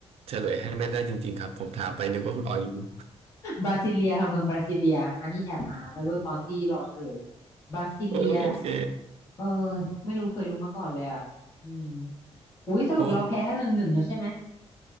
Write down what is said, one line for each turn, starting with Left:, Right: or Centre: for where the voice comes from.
Right: เฉลยให้ไม่ได้จริงๆครับผมถามไปนึกว่าคุณออยรู้
Left: บราซิเลียค่ะเมืองบราซิเลียอันนี้แอบหาไปด้วยตอนที่รอเฉลยบราซิเลีย
Right: โอ้ยโอเค
Left: เออไม่รู้เคยรู้มาก่อนเลยอะอืมอุ้ยสรุปเราแพ้หนึ่งหนึ่งแล้วใช่ไหม
Right: โอ้